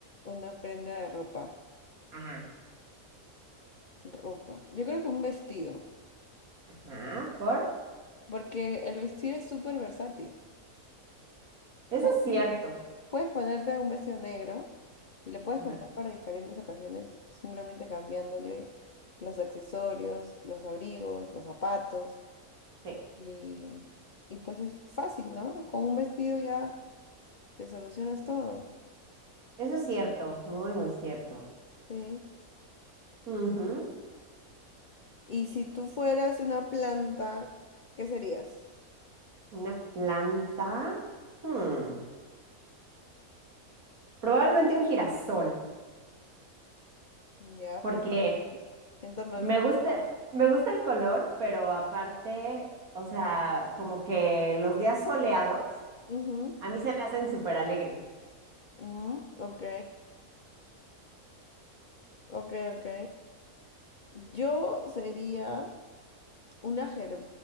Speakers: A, on the left; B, on the right.
A: una prenda de ropa,
B: Ajá.
A: ropa. Yo creo que un vestido,
B: Ajá. ¿Por?
A: porque el vestido es súper versátil. O
B: Eso
A: sea,
B: es cierto.
A: puedes ponerte un vestido negro y lo puedes
B: ujú.
A: combinar para diferentes ocasiones, simplemente cambiándole los accesorios, los abrigos, los zapatos,
B: Sí,
A: y, y pues es fácil, ¿no? Con un vestido ya te solucionas todo.
B: eso es cierto, muy, muy cierto.
A: Sí.
B: Ujú.
A: Y si tú fueras una planta, ¿qué serías?
B: Una planta. hmm, Probablemente un girasol,
A: Ya,
B: porque
A: por en torno
B: me
A: al sol.
B: gusta, me gusta el color, pero aparte, o sea, como que los días soleados
A: Ujú,
B: a mí se me hacen súper alegres.
A: ujú, ok, ok, ok. Yo sería una ger-